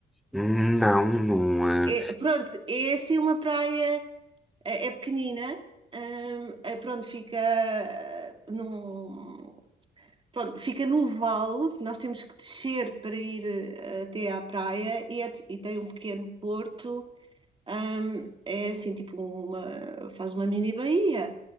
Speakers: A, in the centre; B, on the right (about 25°).
A: Hum, Não, não.
B: É-
A: eh,
B: pronto, é assim uma praia, é, é pequenina, hum, é, pronto, fica eh, num, pronto, fica no vale, nós temos que descer para ir eh, até à praia e, é- e tem um pequeno porto Ahm, é assim, tipo, uma, faz uma mini baía.